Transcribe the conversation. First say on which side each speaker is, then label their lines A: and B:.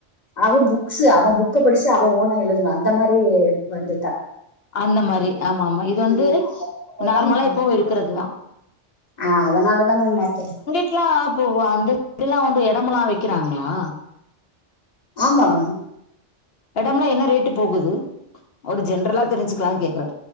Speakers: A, on the left; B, on the left.
A: அவ புக்ஸு அவ புக்க படிச்சு அவ ஓனா எழுதனு அந்த மாரி வந்துட்டா
B: அந்த மாரி ஆமாமா இது வந்து
A: ஆ அதனாலதா
B: நார்மலா
A: மேம்
B: இப்பவு இருக்கறது தா
A: ஆ அதனால தா மேம் மாத்தறே
B: க்லா போவோ அந்த <inaudible> ல்ல வந்து எடமெல்லா விக்குறாங்ளா
A: ஆமா மேம்
B: எடம்ல்லா என்ன ரேட்டு போகுது ஒரு ஜென்ரலா தெரிஞ்சுக்லான் கேக்கறே